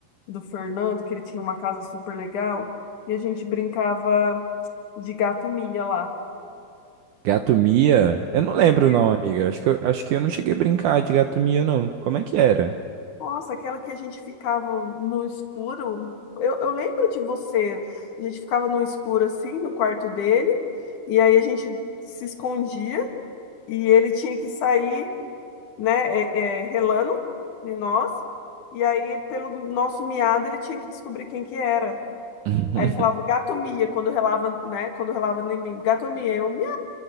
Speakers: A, on the left; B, on the right.
A: do Fernando, que ele tinha uma casa super legal, e a gente brincava de gato mia lá.
B: gato Mia? Eu não lembro
A: É.
B: não, amiga. Acho que eu, acho que eu não cheguei a brincar de gato Mia, não. Como é que era?
A: Nossa, aquela que a gente ficava no escuro. Eu, eu lembro de você. A gente ficava no escuro assim, no quarto dele, e aí a gente se escondia e ele tinha que sair, né, é, é, relando de nós. E aí, pelo nosso miado, ele tinha que descobrir quem que era.
B: <laughs>
A: Aí ele falava, gato mia, quando relava, né? Quando relava em mim, gato mia, eu mia.